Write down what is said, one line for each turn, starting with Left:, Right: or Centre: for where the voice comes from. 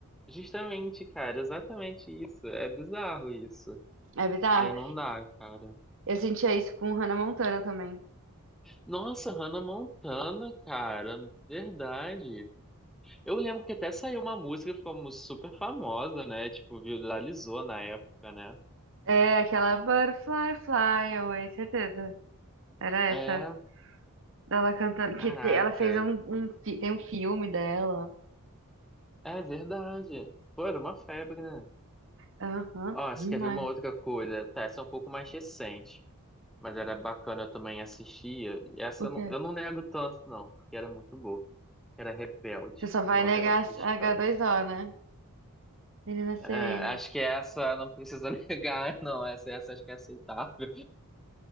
Centre: Justamente, cara, exatamente isso. É bizarro isso.
Right: é bizarro.
Centre: Aí não dá, cara.
Right: Eu sentia isso com Hannah Montana também.
Centre: Nossa, Hannah Montana, cara. Verdade. Eu lembro que até saiu uma música que ficou mu- super famosa, né? Tipo, viralizou na época, né?
Right: É aquela Butterfly Fly Away, certeza. Era essa.
Centre: É,
Right: Dela cantando.
Centre: caraca.
Right: Que te- ela fez um, um fi- Tem um filme dela.
Centre: É verdade. Pô, era uma febre, né?
Right: Aham,
Centre: Ó,
Right: demais.
Centre: você quer ver uma outra coisa? Tá, essa é um pouco mais recente. Mas era bacana, eu também assistia. E essa
Right: Ok.
Centre: eu não, eu não nego tanto, não, porque era muito boa. Era Rebelde,
Right: Você só vai
Centre: novela
Right: negar
Centre: mexicana.
Right: H2O, né? Meninas
Centre: É,
Right: sereias.
Centre: acho que essa não precisa <laughs> negar, não. Essa, essa acho que é aceitável.